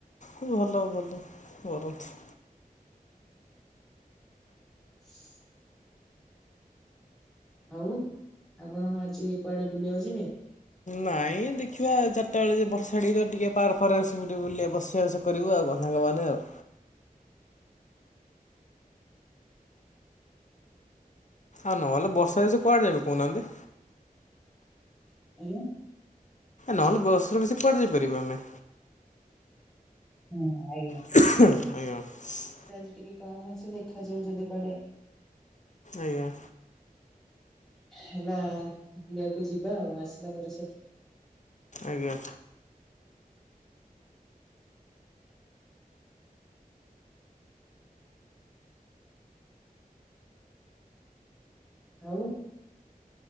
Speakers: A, on the left; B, in the centre.
A: ଭଲ ଭଲ କରନ୍ତୁ।
B: <unintelligible> ଆଉ ଆପଣ ଆଜି କୁଆଡ଼େ ବୁଲିବାକୁ ଯିବେ?
A: ନାଇଁ ଦେଖିବା ଚାରିଟା ବେଳେ ଯେ ବର୍ଷାଡିକ ତ ଟିକେ ପାର ଫାର ଆସେ ଟିକେ ବୁଲିବା ବସିବା ଆସି କରିବୁ ଆଉ କଣ ସାଙ୍ଗମାନେ ଆଉ। ଆଉ ନହେଲେ ବର୍ଷା ରେ ସେ କୁଆଡ଼େ ଯାଇବେ କହୁନାହାନ୍ତି।
B: ଆଜ୍ଞା।
A: ନହେଲେ ବସରେ ବେଶୀ କୁଆଡ଼େ ଯାଇପାରିବୁ ଆମେ।
B: ହୁଁ, ଆଜ୍ଞା।
A: ଆଜ୍ଞା।
B: ଆଜି ଟିକେ କମ ଅଛି ଦେଖାଯାଉ ଯଦି କୁଆଡ଼େ
A: ଆଜ୍ଞା।
B: ହେଲା ବୁଲିବାକୁ ଯିବା ଆଉ ଆସିଲା ପରେ ସେଠୁ।
A: ଆଜ୍ଞା।
B: ଆଉ